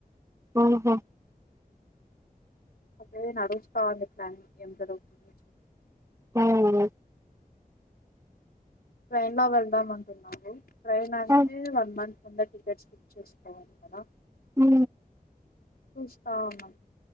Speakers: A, on the right; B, on the left.
A: ఊహు
B: అదే నడుస్తాంది పలాని ఏం జరుగుతుంది
A: హ్మ్.
B: ట్రైన్ లో వెళ్దాం అంటున్నాము ట్రైన్ అంటే
A: హ్మ్.
B: వన్ మంత్ ఉంద టికెట్స్ బుక్ చేసుకోవాలి కదా
A: ఉ
B: చూసుకోవాలా